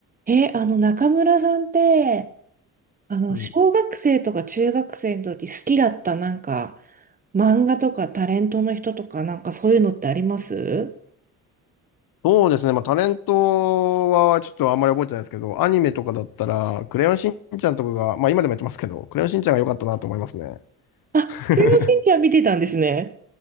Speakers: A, on the right; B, on the left.
A: え、あの、中村さんって、あの、
B: うん、
A: 小学生とか中学生の時好きだったなんか、漫画とかタレントの人とかなんかそういうのってあります
B: そうですね、まあ、タレントはちょっとあんまり覚えてないですけど、アニメとかだったら、クレヨンしんちゃんとかが、まあ今でもやってますけど、クレヨンしんちゃんが良かったなと思いますね。
A: あ、
B: <laughs>
A: クレヨンしんちゃん見てたんですね。